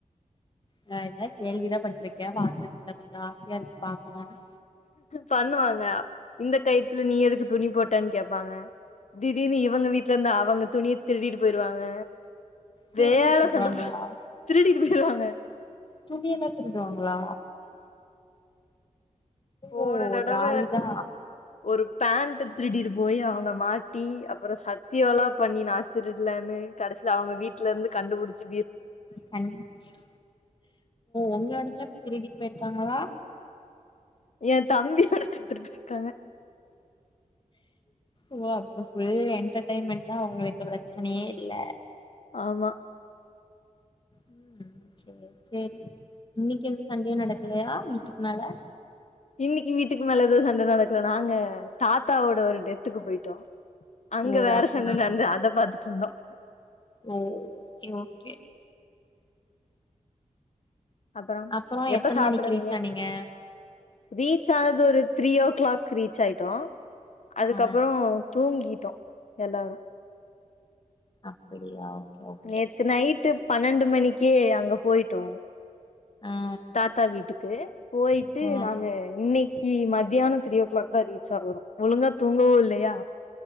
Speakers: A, on the left; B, on the left.
A: நான் என்ன கேள்விதான் பட்ருக்கேன் பாத்தது இல்ல கொஞ்சம் ஆசையா இருக்கு பாக்கணும்னு
B: பண்ணுவாங்க இந்த கயத்துல நீ எதுக்கு துணி போட்டான்னு கேப்பாங்க திடீர்னு இவங்க வீட்டுல இருந்து அவங்க துணிய திருடிட்டு போயிருவாங்க
A: திருடி
B: வேட
A: திருடுவாங்களா
B: சண்டப்ப திருடி இரு திருடுவாங்க
A: துணிய எல்லாம் திருடுவாங்களா
B: போன
A: ஓ
B: தடவ
A: ஜாலிதா
B: ஒரு பேண்ட் திருடி இரு போய் அவங்க மாட்டி அப்புறம் சத்திய எலாம் பண்ணி நா திருரடலன்னு கடைசிய அவங்க வீட்ல இருந்து கண்டுபிடிச்சி
A: கண்டுபிடிச்சு உண்மையாலுமே திருடி ட் போயிருக்காங்களா
B: என் தம்பியோட எடுத்துட்டு இருக்காங்க
A: ஓ அப்ப புல் என்டர்டெயன்மெண்ட் தான் ஒங்களுக்கு பிரச்சனையே இல்ல
B: ஆமா
A: உம் சரி சரி இன்னைக்கு எந்த சண்டையோ நடக்கலையா வீட்டுக்கு மேல
B: இன்னைக்கு வீட்டுக்கு மேல எதுவும் சண்ட நடக்கல நாங்க தாத்தாவோட ஒரு டெத்துக்கு போயிட்டோம் அங்க
A: ஓ
B: வேற
A: அதனால
B: சண்ட நடந்த அத பாத்துட்டு இருந்தோம்
A: ஓ ஓகே ஓகே
B: அப்பறோ
A: அப்புறம்
B: எப்ப
A: எத்தன
B: சாப்புடுவீங்க
A: மணிக்கு ரீச் ஆனிங்க
B: ரீச் ஆனது ஒரு த்ரீ ஓ கிளாக் ரீச் ஆயிட்டோம் அதுக்கப்புறம்
A: ஆ
B: தூங்கி ட்டோம் எல்லாரும்
A: அப்படியா ஓகே ஓகே
B: நேத்து நைட்டு பன்னெண்டு மணிக்கே அங்க போயிட்டோம்
A: ஆ
B: தாத்தா வீட்டு ஓகே போயிட்டு
A: ஆ
B: நாங்க இன்னைக் கி மத்தியானம் த்ரீ ஓ கிளாக் தான் ரீச் ஆகுறோம் ஒழுங்கா தூங்கவும் இல்லையா